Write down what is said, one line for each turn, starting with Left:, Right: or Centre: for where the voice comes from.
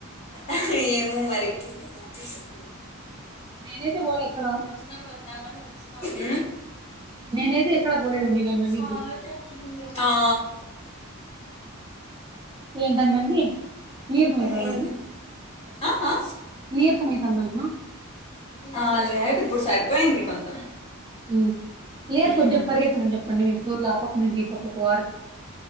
Left: ఆహ్ ఏమో మరి కింద వాగ్ జేసి
Right: నేనైతే పోలే ఎక్కడ
Left: వచ్చినా <inaudible> ఉహ్
Right: నేనైతే ఎక్కడ బోలేదు నీన్ అన్నా నీగు
Left: ఉమ్ ఆ
Right: ఏంటండి నీరసం అవుతుంది
Left: ఐ
Right: అంటున్నా
Left: ఆఆ
Right: నీరసం అవుతుంది అంటున్నా
Left: ఆ లేదు ఇప్పుడు సరిపోయింది కొంతం
Right: ఉమ్. లేదు
Left: ఉహ్
Right: కొంచెం పరిగెత్తమని చెప్పండి మీ ఫ్లోర్ లో ఆ పక్క నుంచి ఈ పక్కకు వారు